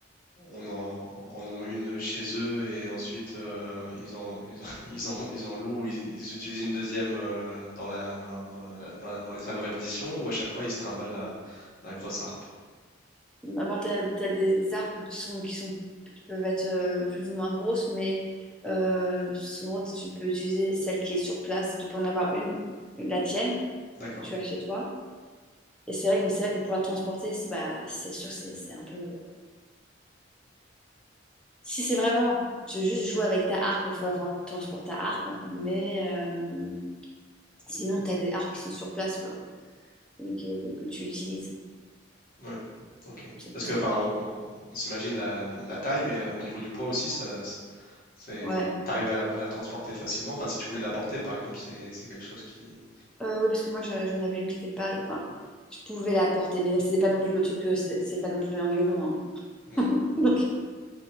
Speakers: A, on the left; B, in the centre.
A: on en, en ont une chez eux et ensuite euh, ils en, ils en, <laughs> ils en- ils en louent ou ils, ils utilisent une deuxième euh, dans la, dans, dans la- dans la- dans les salles de répétition ou à chaque fois ils se trimballent la, la grosse harpe?
B: Ah bah, t'as, t'as des arbres que tu- sont, qui sont, qui peuvent être euh, plus ou moins grosses, mais euh, souvent tu peux utiliser celle qui est sur place. Tu peux en avoir une, une- la tienne,
A: D'accord.
B: que tu as chez toi. Et c'est vrai, que- mais c'est vrai que pour la transporter, c'est bah, c'est sûr, c'est c'est un peu. Si c'est vraiment, tu veux juste jouer avec ta harpe, il faut avoir transporter ta harpe. Mais euh, sinon, tu as des harpes qui sont sur place bah, et que, que tu utilises.
A: Oui. Ok.
B: C'est
A: Parce
B: plus
A: que
B: simple.
A: enfin, on, on- on s'imagine la, la- la taille, mais euh, au niveau du poids aussi, ça, c'est,
B: Ouais.
A: enfin, t'arrivais à la, à la transporter facilement. Enfin, si tu voulais la porter, par exemple, c'est c'est quelque chose qui.
B: Euh, oui, parce que moi, je- j'en avais une qui était pas. Enfin, je pouvais la porter, mais c'était pas non plus le truc, euh, c'est c'est pas non plus un violon. hein. <laughs>
A: Hmm.
B: Donc,